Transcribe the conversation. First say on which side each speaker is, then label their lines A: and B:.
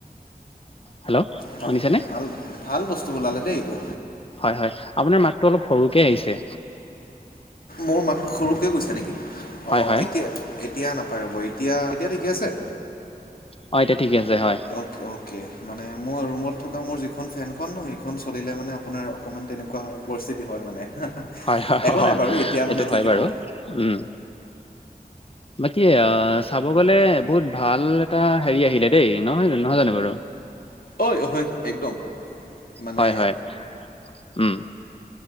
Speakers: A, on the left; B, on the left.
A: হেল্ল'
B: বা
A: শুনিছেনে
B: ভাল ভাল বস্তু ওলালে দেই এইটো।
A: হয় হয় আপোনাৰ মাতটো অলপ সৰুকে আহিছে।
B: মোৰ মাতটো সৰুকৈ গৈছে নেকি অঁ।
A: হয় হয়
B: পাৰ'ব এতিয়া এতিয়া ঠিকে আছে।
A: অ এতিয়া ঠিকে আছে হয়
B: অ'কে অ'কে। মানে মই ৰুমত থকা মোৰ যিখন ফেনখন ন সেইখন চলিলে মানে আপোনাৰ অকণমান তেনেকুৱা হয় পৰিস্থিতি হয় মানে।
A: হয় হয়
B: একো নাই বাৰু এতিয়া
A: সেইটো
B: মানে
A: হয়
B: ঠিকে
A: বাৰু
B: পাব
A: উম। বাকী চাব গলে বহুত ভাল এটা হেৰি আহিলে দেই নহয় জানো নহয় জানো বাৰু?
B: ঐ অহঐ একদম মানে।
A: হয় হয় উম